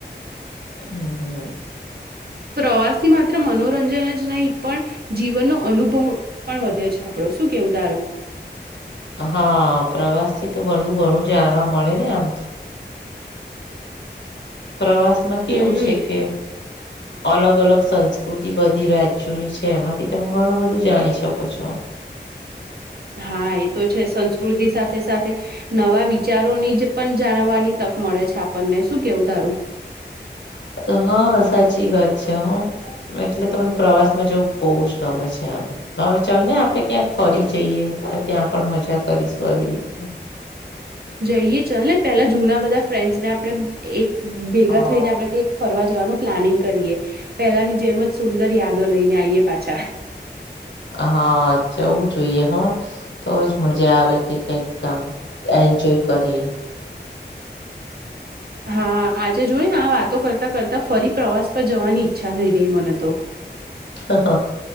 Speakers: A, on the left; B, on the right.
A: હમ્મ હમ્મ.
B: પ્રવાસ થી માત્ર મનોરંજન જ નહીં પણ જીવનનો અનુભવ પણ વધે છે આપડું શું કેવું તારું
A: હા પ્રવાસ થી તો બધું ઘણું જાણવા મળે ને આમ પ્રવાસ માં કેવું
B: હમ
A: છે કે
B: <inaudible>
A: અલગ અલગ સંસ્કૃતિ બધી રાજ્યોની છે એમાંથી તમે ઘણું બધું જાણી શકો છો.
B: હા એ તો છે સંસ્કૃતિ સાથે સાથે નવા વિચારોની જ પણ જાણવાની તક મળે છે આપણને શું કેવું તારું
A: હ સાચી વાત છે હો. એટલે ત મને પ્રવાસમાં જવું બહુ જ ગમે છે એમ. હવે ચાલ ને આપડે ક્યાંક ફરી જઈએ ત્યાં પણ મજા કરીશું આવી રીતે.
B: જઈએ ચાલ ને પેલા જૂના બધા ફ્રેન્ડસ ને આપડે એક ભેગા
A: હ
B: થઈને આપણે કઈ ફરવા જવાનું પ્લાનિંગ કરીએ પેલાની જેમ જ સુંદર યાદો લઈને આઈએ પાછા.
A: હા જવું જોઈએ હો તોજ મજા આવે કે કઈક કામ એન્જોય કરીએ.
B: હા આજે જોઈ ને વાતો કરતાં કરતાં ફરી પ્રવાસ પર જવાની ઈચ્છા થઈ ગઈ મને તો.
A: હ હ